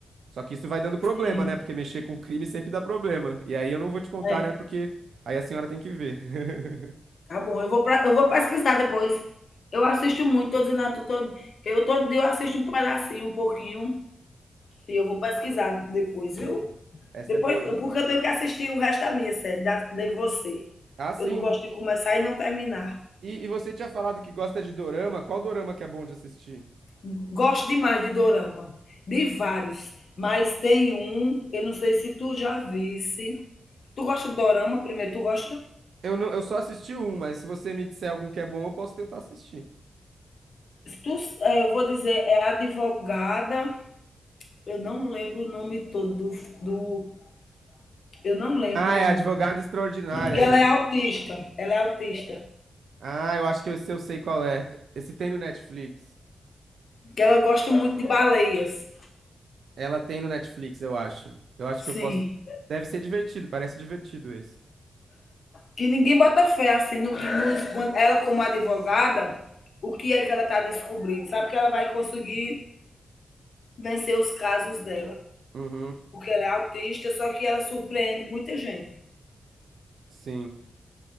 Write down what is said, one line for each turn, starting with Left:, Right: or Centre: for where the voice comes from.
Right: Só que isso vai dando problema,
Left: Sim.
Right: né? Porque mexer com crime sempre dá problema. E aí eu não vou te contar,
Left: É.
Right: né? Porque aí a senhora tem que ver. <laughs>
Left: Tá bom, eu vou, pra, eu vou pesquisar depois. Eu assisto muito, tô dizendo a tu, eu todo eu assisto um pedacinho, um pouquinho, e eu vou pesquisar depois, viu?
Right: Essa
Left: Depois,
Right: é boa de assistir.
Left: porque eu tenho que assistir o resto da minha série, da, de você.
Right: Ah, sim.
Left: Eu não gosto de começar e não terminar.
Right: E, e você tinha falado que gosta de dorama. Qual dorama que é bom de assistir?
Left: Gosto demais de dorama, de vários, mas tem um, eu não sei se tu já visse. Tu gosta de dorama primeiro? Tu gosta?
Right: Eu, não, eu só assisti um, mas se você me disser algum que é bom, eu posso tentar assistir.
Left: Se Tu, eh, eu vou dizer, é advogada. Eu não lembro o nome todo do, do. Eu não lembro
Right: Ah, é
Left: o nome.
Right: Advogada Extraordinária
Left: Porque
Right: é
Left: ela
Right: esse.
Left: é autista. Ela é autista.
Right: Ah, eu acho que eu, se eu sei qual é. Esse tem no Netflix.
Left: Que ela gosta muito de baleias.
Right: Ela tem no Netflix, eu acho. Eu acho
Left: Sim.
Right: que eu posso. Deve ser divertido, parece divertido esse.
Left: Que ninguém bota fé, assim, no que ela, como advogada, o que é que ela está descobrindo. Sabe que ela vai conseguir vencer os casos dela.
Right: Uhum,
Left: Porque ela é autista, só que ela surpreende muita gente.
Right: sim.